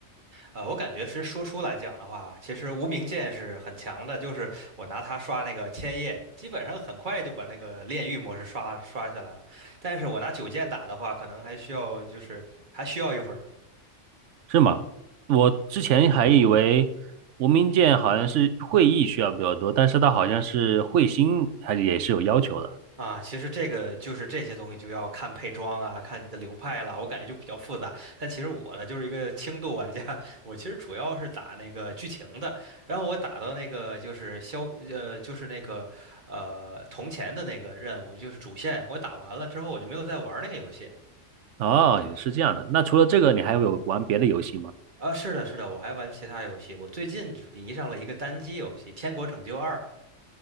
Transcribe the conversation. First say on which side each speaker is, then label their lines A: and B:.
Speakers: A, on the right (about 40°); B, on the right (about 70°).
A: 呃，我感觉是输出来讲的话，其实无名剑是很强的，就是我拿它刷那个千叶，基本上很快就把那个炼狱模式刷刷下来了。但是我拿九剑打的话，可能还需要就是还需要一会儿。
B: 是吗？我之前还以为无名剑好像是会议需要比较多，但是它好像是会心还是也是有要求的。
A: 啊，其实这个就是这些东西就要看配装啊，看你的流派了，我感觉就比较复杂。但其实我呢，就是一个轻度玩家，<laughs> 我其实主要是打那个剧情的，然后我打到那个就是消呃就是那个呃铜钱的那个任务，就是主线，我打完了之后我就没有再玩那个游戏。
B: 哦，也是这样的。那除了这个，你还有玩别的游戏吗？
A: 啊，是的，是的，我还玩其他游戏，我最近迷上了一个单机游戏《天国拯救二》。